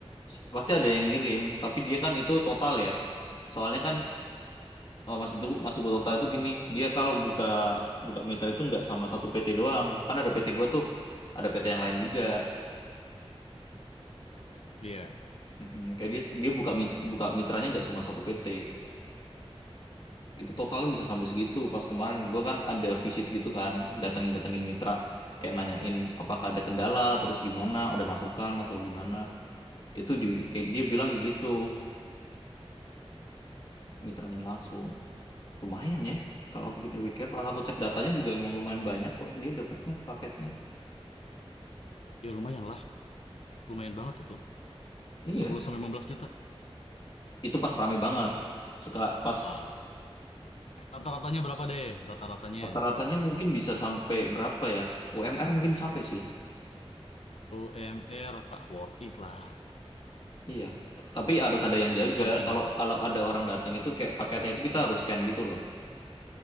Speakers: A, on the left; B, on the left.
A: S- Pasti ada yang ngirim, tapi dia kan itu total ya. Soalnya kan eh, maksud gua- maksud gua total itu gini, dia kalau buka buka mitra itu nggak sama satu PT doang. Kan ada PT gua tuh, ada PT yang lain juga.
B: Iya.
A: Mm-mm, kayak dia dia buka mit- buka mitranya nggak cuma satu PT. Itu
B: Hmm.
A: totalnya bisa sampai segitu. Pas kemarin gua kan ada visit gitu kan, datang datengin mitra kayak nanyain apakah ada kendala, terus gimana, ada masukan atau gimana. itu di, kayak dia bilang kayak gitu mitranya langsung lumayan ya kalau aku pikir-pikir pas aku cek datanya juga emang lumayan banyak kok dia dapetnya paketnya
B: Ya lumayan lah, lumayan banget itu.
A: iya
B: 10 sampai 15 juta.
A: itu pas rame banget Seka, pas
B: Oh, Rata-ratanya berapa deh? Rata-ratanya
A: rata-ratanya mungkin bisa sampai berapa ya UMR mungkin sampai sih
B: UMR ah, worth it lah,
A: iya T- tapi harus ada yang jaga
B: sampingan.
A: kalau kalau ada orang datang itu kayak paketnya itu kita harus scan gitu loh